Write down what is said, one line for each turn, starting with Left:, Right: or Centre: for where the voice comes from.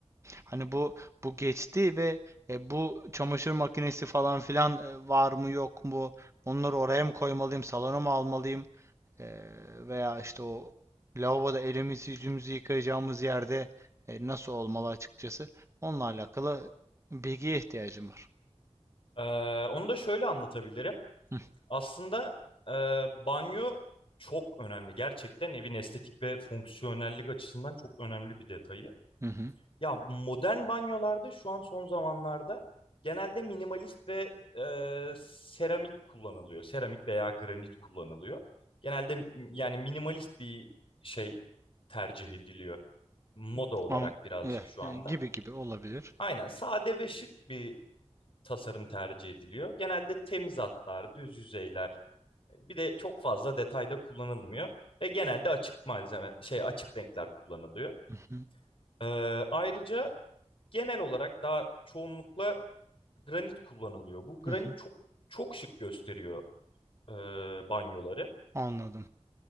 Right: Hani bu bu geçti ve e, bu çamaşır makinesi falan filan e, var mı yok mu? Onları oraya mı koymalıyım? Salona mı almalıyım? Eee, veya işte o lavaboda elimizi yüzümüzü yıkayacağımız yerde e, nasıl olmalı açıkçası. Onunla alakalı bilgiye ihtiyacım var.
Left: Ee, onu da şöyle anlatabilirim.
Right: Hı
Left: Aslında e, banyo çok önemli. Gerçekten evin estetik ve fonksiyonellik açısından çok önemli bir detayı.
Right: hı. hı.
Left: Ya modern banyolarda şu an son zamanlarda genelde minimalist ve e, seramik kullanılıyor. Seramik veya granit kullanılıyor. Genelde m- yani minimalist bir şey tercih ediliyor. Moda olarak
Right: An-
Left: birazcık
Right: ya-
Left: şu
Right: yani
Left: anda.
Right: gibi gibi olabilir.
Left: Aynen sade ve şık bir tasarım tercih ediliyor. Genelde temiz hatlar, düz yüzeyler bir de çok fazla detayda kullanılmıyor ve genelde açık malzeme şey açık renkler kullanılıyor.
Right: Hı hı.
Left: Ee, ayrıca genel olarak daha çoğunlukla granit kullanılıyor. Bu granit
Right: Hı hı.
Left: çok çok şık gösteriyor e, banyoları.
Right: Anladım.